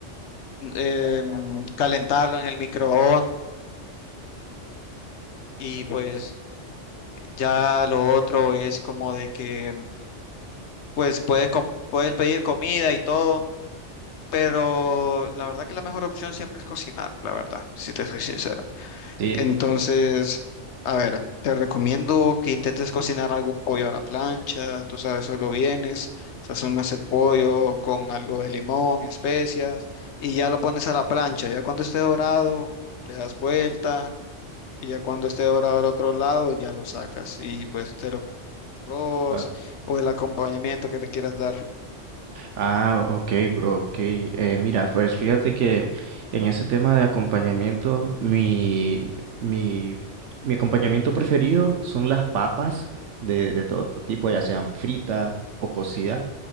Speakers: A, on the left; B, on the right.
A: eh, mm, calentarlo en el microondas y pues ya lo otro es como de que pues puedes, com- puedes pedir comida y todo, pero la verdad que la mejor opción siempre es cocinar, la verdad, si te soy sincero.
B: Sí.
A: Entonces, a ver, te recomiendo que intentes cocinar algún pollo a la plancha, tú sabes, solo vienes, sazonas el pollo con algo de limón, especias, y ya lo pones a la plancha. Ya cuando esté dorado, le das vuelta, y ya cuando esté dorado al otro lado, ya lo sacas y pues te lo comes con arroz
B: ah.
A: o el acompañamiento que le quieras dar.
B: Ah, ok, bro, ok. Eh, mira, pues fíjate que en ese tema de acompañamiento, mi, mi, mi acompañamiento preferido son las papas de, de todo tipo, ya sean fritas o cocidas